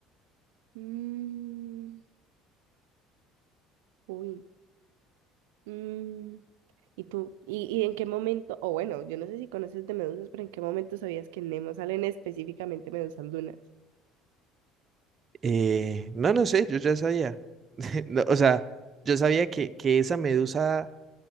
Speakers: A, on the right; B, on the right.
A: Mm, uy. mm, ¿Y tú? ¿Y, y en qué momento? O bueno, yo no sé si conoces de medusas, pero ¿en qué momento sabías que en Nemo salen específicamente medusas lunas?
B: Eh, no, no sé, yo ya sabía. <laughs> No, o sea, yo sabía que, que esa medusa